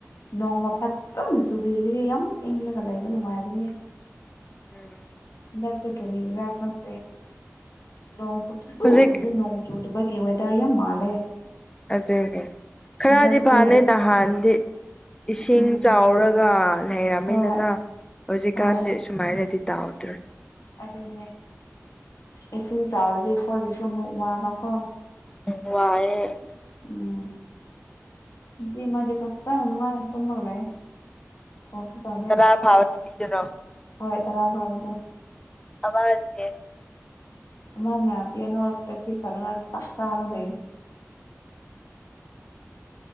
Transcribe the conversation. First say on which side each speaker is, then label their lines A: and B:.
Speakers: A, on the left; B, on the left.
A: ꯅꯣꯡꯃ ꯐꯖꯅ ꯆꯨꯕꯤꯔꯗꯤ ꯌꯥꯝ ꯏꯪꯂꯒ ꯂꯩꯕ ꯅꯨꯡꯉꯥꯏꯒꯅꯤ
B: ꯎꯝ
A: ꯍꯟꯗꯛꯁ‌ꯦ ꯀꯔꯤꯒꯤꯔ ꯈꯪꯗꯦ ꯅꯣꯡ ꯁꯨꯛꯆꯨ
B: ꯍꯧꯖꯤꯛ
A: ꯆꯨꯗ‌ꯦ ꯅꯣꯡ ꯆꯨꯗꯕꯒꯤ ꯋꯦꯗꯥꯔ ꯌꯥꯝ ꯃꯥꯜꯂꯦ ꯫
B: ꯑꯗꯨꯅ‌ꯦ ꯈꯔꯗꯤ
A: ꯍꯟꯗꯛꯁꯦ
B: ꯐꯅꯤꯗ ꯅꯍꯥꯟꯗꯤ ꯏꯁꯤꯡ
A: ꯎꯝ
B: ꯆꯥꯎꯔꯒ ꯂꯩꯔꯝꯃꯦꯗꯅ
A: ꯍꯣꯏ
B: ꯍꯧꯖꯤꯛꯀꯥꯟꯗꯤ
A: ꯍꯣꯏ
B: ꯁꯨꯃꯥꯏꯅꯗꯤ ꯇꯧꯗ꯭ꯔꯦ ꯫
A: ꯑꯗꯨꯅꯦ ꯏꯁꯤꯡ ꯆꯥꯎꯔꯗꯤ ꯈꯣꯏꯒꯤꯁꯨ ꯑꯃꯨꯛ ꯋꯥꯕꯀꯣ ꯫
B: ꯎꯝ ꯋꯥꯏꯌ‌ꯦ ꯫
A: ꯎꯝ ꯅꯨꯄꯤ ꯑꯃꯗꯤ ꯐꯖꯅ ꯅꯨꯡꯉꯥꯏꯅ ꯇꯨꯝꯃꯒ ꯂꯩꯌ‌ꯦ ꯫ ꯒꯣꯜꯁꯨ ꯄꯥꯢꯗꯦ
B: ꯇꯔꯥ ꯐꯥꯕ ꯅꯨꯄꯤ‌ꯗꯨꯔ‌ꯣ
A: ꯍꯣꯏ ꯇꯔꯥ ꯐꯥꯕꯗꯣ
B: <unintelligible> ꯑꯗꯨꯗ‌ꯦ
A: ꯑꯃꯅ <unintelligible> ꯄ꯭ꯔꯥꯛꯇꯤꯁ ꯇꯧꯔꯒ ꯆꯥꯛ ꯆꯥꯔ ꯂꯩ ꯫